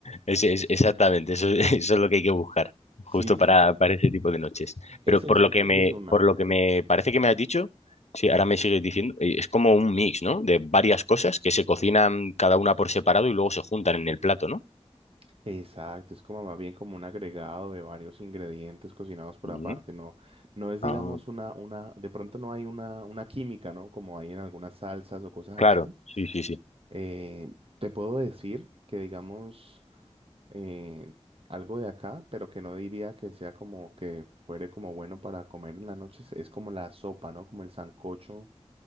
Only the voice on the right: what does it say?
Sí, sí,
sí.
Ese
es,
e-
esa es una.
Exacto, es como más bien como un agregado de varios ingredientes cocinados por
aparte, ¿no? No es, digamos,
una, una, de pronto no hay una, una química, ¿no? Como hay en algunas salsas o cosas
así.
Eh, te puedo decir que digamos eh, algo de acá, pero que no diría que sea como que fuere como bueno para comer en la noche, es es como la sopa, ¿no? Como el sancocho.